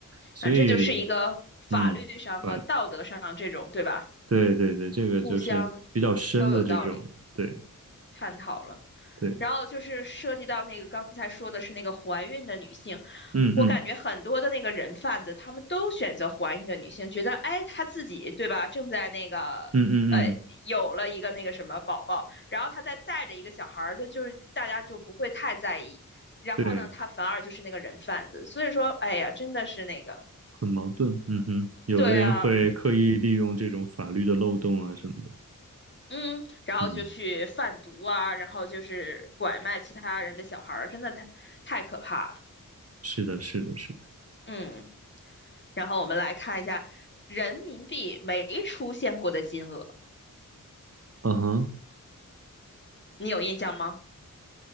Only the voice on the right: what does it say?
所以
嗯，反
对对对，这个就是比较深的这种，
对
对，
嗯嗯
嗯嗯嗯，
对，
很矛盾，嗯哼，有的人会刻意利用这种法律的漏洞啊什么的，
嗯，
是的，是的，是的，
嗯哼。